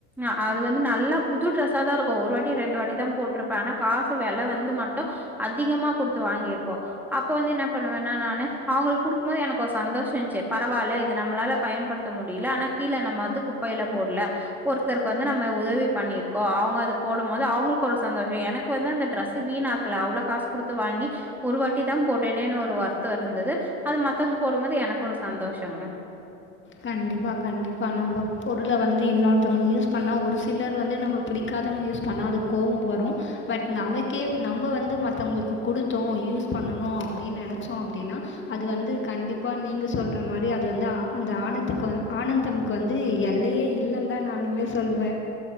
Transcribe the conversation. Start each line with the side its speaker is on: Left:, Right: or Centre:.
Centre: ஆ அது வந்து நல்லா புது ட்ரெஸ்சா தா இருக்கு ஒரு வாட்டி ரெண்டு வாட்டி தா போட்டிருப்பே ஆனா காசு வெல வந்து மட்டு அதிகமா குடுத்து வாங்கிருப்போ அப்ப வந்து என்ன பண்ணுவேனா நானு அவ்ங்களுக் குடுக்ம்குபோது எனக்கு ஒரு சந்தோஷயிச்சி பரவால்ல இது நம்மளால பயன்படுத்த முடில ஆனா கீல நம்ம வந்து குப்பைல போடல ஒருத்தருக்கு வந்து நம்ம உதவி பண்ணிருக்கோ அவங்க அது போடு போது அவங்களுக்கு ஒரு சந்தோஷ எனக்கு வந்து அந்த டிரஸ் வீணா க்கள அவ்ளோ காசு குடுத்து வாங்கி ஒரு வாட்டி தா போட்டேனே ஒரு வருத்த இருந்தது அது மத்தவங்க போடும்போது எனக்கு ஒரு சந்தோஷங்க
Left: கண்டிப்பா கண்டிப்பா நம்ம பொருள வந்து இன்னொருத்தவங்க யூஸ் பண்ணா ஒரு சிலர் வந்து நம்ம புடிக்காதவங்க யூஸ் பண்ணா அது கோவ வரு பட் நமக்கே நம்ப வந்து மத்தவங்களுக்கு குடுத்தோ யூஸ் பண்ணணு அப்டின்னு நெனச்சோ அப்டின்னா அது வந்து கண்டிப்பா நீங்க சொல்ற மாரி அது வந்து ஆ அந்த ஆனத்துக்கு ஆனந்தம்க்கு வந்து எல்லையே இல்ல தா நானுமே சொல்வே